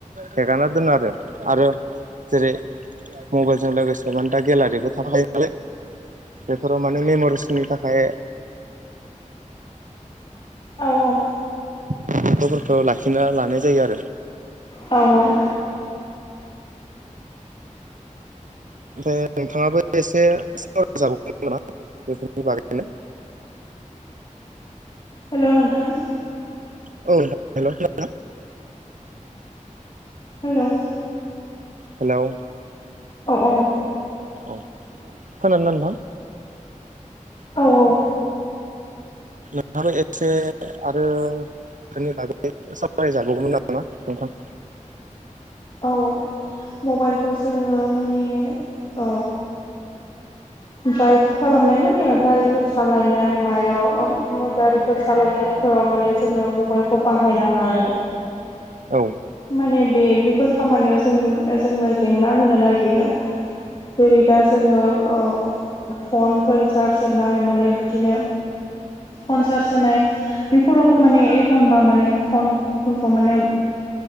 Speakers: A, on the right; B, on the left.
A: हेगारना दोनो आरो आरो जेरै मबाइल जों लोगोसे माने दा गेलारिबो थाखाफायो नालाय बेफोराव माने मेमरिसनि थाखाय
B: औ औ
A: खबरफोरखौ लाखिना लानाय जायो आरो
B: औ औ
A: ओमफ्राय नोंथाङाबो एसे सावराय जाबावगोन मोना बेफोरनि बागैनो
B: हेल' नोंथां।
A: औ हेल' खोनादोंना?
B: हेल'
A: हेल'
B: औ औ औ।
A: औ खोनानो दबां
B: औ औ
A: नोंथांनो एसे आरो बेनि बागै सावरायजाबावगौमोन आरोना नोंथां
B: औ मबाइलखौ जोङो माने ओ दाराइभ खालामनाय माने गारिफोर सालायनाय मायाव गारिफोर सालायनायफोराव माने जोङो मबाइलखौ बाहायनााङा आरो
A: औ
B: माने बे बेफोर खामानियाव जों जोंनो जेंना होनो नागिरो जेरै दा जोङो ओ फनफोर चार्ज होनाय माने बिदिनो फन चार्ज होनाय बेफोरावबो माने एखनबा माने फनफोरखौ माने